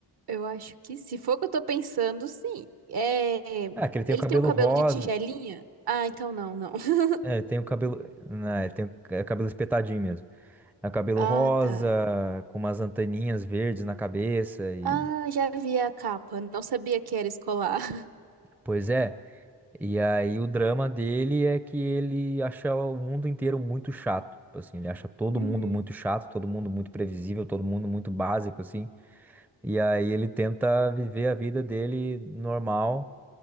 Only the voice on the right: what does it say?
Eu acho que se for o que eu tô pensando, sim. É,
ele
tem um cabelo
de tigelinha? Ah, então não, não. <laughs>
Ah,
tá.
Ah, já vi a capa. Não sabia que era escolar. <laughs>
Uhum,